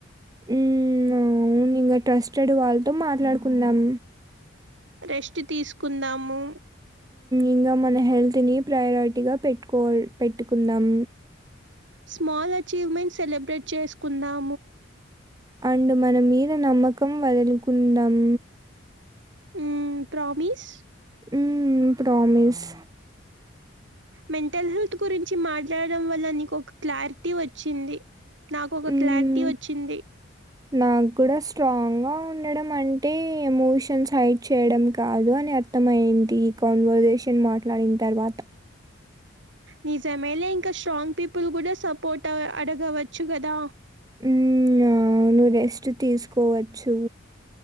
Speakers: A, on the right; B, on the right.
A: ఉమ్ అవును ఇంగా ట్రస్టెడ్ వాళ్ళతో మాట్లాడుకుందాం
B: రెస్ట్ తీసుకుందాము
A: ఇంగా మన హెల్త్ ని ప్రయారిటీగా పెట్టుకో పెట్టుకుందాం
B: స్మాల్ అచీవ్మెంట్ సెలబ్రేట్ చేసుకుందాం
A: అండ్ మన మీద నమ్మకం వదులుకుందాం
B: ఉమ్ ప్రామిస్
A: ఉమ్ ప్రామిస్
B: మెంటల్ హెల్త్ గురించి మాట్లాడడం వల్ల నీకొక క్లారిటీ వచ్చింది నాకొక
A: హ్మ్.
B: క్లారిటీ వచ్చింది
A: నాకు గుడా స్ట్రాంగ్ గా ఉండడం అంటే ఎమోషన్స్ హైడ్ చేయడం కాదు అని అర్థమయింది ఈ కాన్వర్సేషన్ మాట్లాడిన్ తర్వాత
B: నిజమేలే ఇంకా స్ట్రాంగ్ పీపుల్ కూడా సపోర్ట అడగవచ్చు కదా
A: ఉమ్ అవ్నూ రెస్ట్ తీసుకోవచ్చు